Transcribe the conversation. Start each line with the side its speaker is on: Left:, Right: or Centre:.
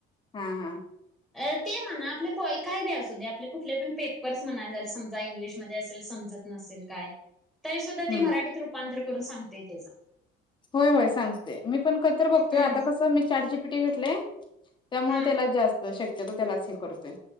Left: हा हा.
Centre: अ ते म्हणा आपले कोय काय बी असू दे आपले कुठले पण पेपर्स म्हणा जर समजा इंग्लिशमध्ये अस तील समजत नसेल काय, तरी सुद्धा
Left: हम्म
Centre: ते मराठीत रूपांतर करून सांगतंय तेचं.
Left: होय होय सांगते, मी पण कधीतर बघतोय
Centre: हम्म
Left: आता कसं मी चाट जी पी टी घेतलंय. त्यामुळे
Centre: हम्म
Left: त्याला जास्त शक्यतो त्यालाच हे करतोय,